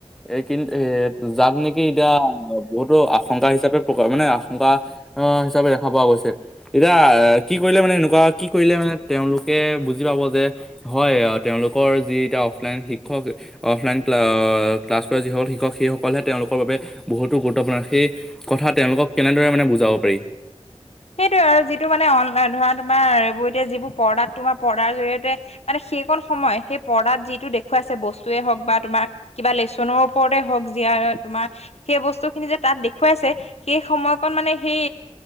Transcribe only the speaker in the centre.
এই কিন্তু, এ যাক নেকি এতিয়া বহুতো আশংকা হিচাপে প্ৰকা, মানে আশংকা আ, হিচাপে দেখা পোৱা গৈছে। এতিয়া কি কৰিলে মানে এনেকুৱা, কি কৰিলে মানে তেওঁলোকে বুজি পাব যে হয়, তেওঁলোকৰ যি এতিয়া অফলাইন শিক্ষক, অফলাইন ক্লা, ক্লাছ কৰা যিসকল শিক্ষ শিক্ষক, সেইসকলহে তেওঁলোকৰ বাবে বহুতো গুৰুত্বপূৰ্ণ, সেই কথা তেওঁলোকক কেনেদৰে মানে বুজাব পাৰি?